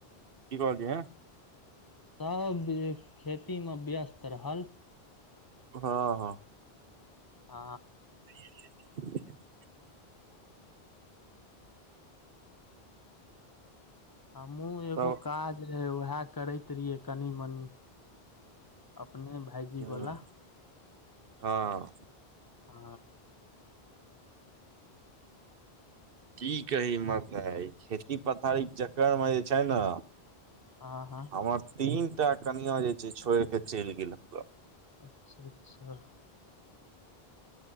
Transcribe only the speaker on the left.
सब खेतीमे व्यस्त रहल।
ह।
हमहूँ एगो
काज रहै उएह करैत रहियै कनि मनि। अपने भइजीवला।
आ।
आ हँ।
अच्छा अच्छा।